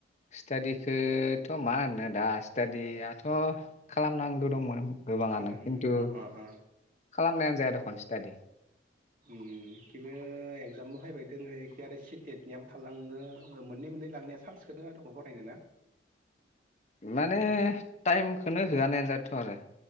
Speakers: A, on the left; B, on the right.
A: स्टादिखोथ' मा होनो दा स्टाादियाथ खालामनांगो दंमोन। गोबाङानो
B: खालां
A: खिन्थु
B: अ अ
A: खालामनाया। <inaudible> दख सटाडि
B: उम बेबो एगजामाव फायबाय दोङो आरो सिटेटनियाबो थाललाङो मोननै मोननै लांनाया चान्सखौनो होया दख फरायनो ना।
A: माने
B: बिसोरो
A: टाइमखौनो होआनायानो जाथ आरो।